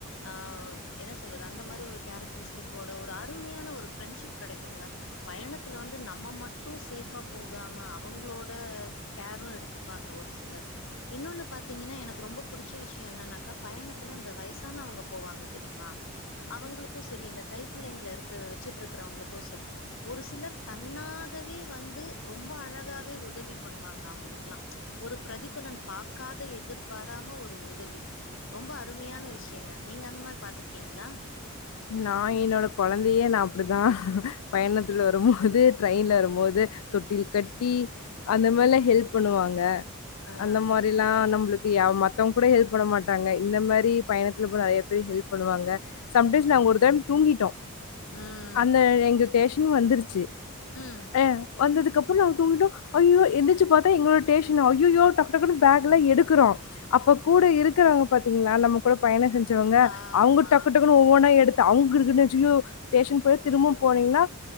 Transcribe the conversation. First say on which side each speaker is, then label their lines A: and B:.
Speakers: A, on the left; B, on the left.
A: ஆ என்ன சொல்றது அந்த மாரி ஒரு கேரக்டரிஸ்டிக்கோட ஒரு அருமியான ஒரு ஃபிரண்ஷிப் கெடைக்குங்க பயணத்துல வந்து நம்ம மட்டு சேஃபா போகாம அவுங்ளோட கேரு எடுத்துப்பாங்க ஒர் சிலர் இன்னோனு பாத்தீங்கன்ன எனக்கு ரொம்ப புடிச்ச விஷ்ய என்னனாக்கா பயணத்துல இந்த வயசானவங்க போவாங்க தெரியுமா அவங்களுக்கு செரி இந்த கைப்புள்ளங்ளருக்க வெச்சிட்ருக்கிறவங்களுக்கு செரி ஒரு சிலர் தன்னாகவே வந்து ரொம்ப அழகாவே உதவி பண்வாங்க அவுங்ளுக்லா ஒரு பிரதிபலன் பாக்காத எதிர்பாராம ஒரு உதவி ரொம்ப அருமியான விஷ்யங்க நீங்க அந்த மார் பாத்துருக்கீங்ளா
B: நா என்னோட கொழந்தியே நா அப்டிதா பயணத்துல வருமோது ட்ரெயின்ல வருமோது தொட்டில் கட்டி அந்தமெர்ல ஹெல்ப் பண்ணுவாங்க
A: ஆ,
B: அந்த மாரில்லா நம்ளுக் கியா மத்தவங் கூட ஹெல்ப் பண்ண மாட்டாங்க இந்த மாரி பயணத்துல போர நெறையா பேரு ஹெல்ப் பண்ணுவாங்க சம்
A: ஆ. ம்.
B: நாங் ஒரு டைம் தூங்கிட்டோ
A: ம்.
B: அந்த எங்க டேஷன்னு வந்துருச்சி
A: ம்.
B: ஆ வந்ததுக்கப்புறோ நாங் தூங்கிட்டோ ஐயோ எந்திச்சு பாத்தா எங்ளோட டேஷ்னு ஐய்யோ டக் டக்குனு பேக்குல எடுக்குறோ அப்போ கூட இருக்குறவங்க பாத்தீங்ளா நம்மோ கூட பயண செஞ்சவ்ங்க
A: ஆமா.
B: அவ்ங்கு டக்கு டக்குனு ஒவ்வொன்னா எடுத்து அவங்க இருக்குணாசியு ஸ்டேஷன் போய் திருப்பவு போனீங்கனா